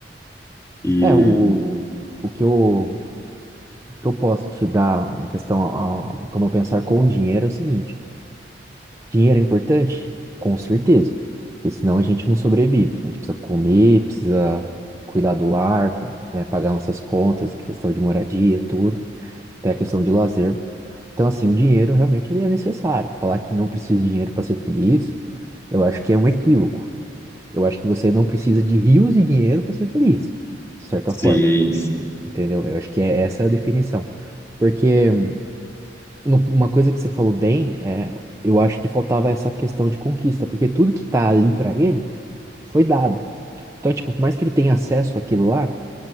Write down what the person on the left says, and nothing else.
E
sim
se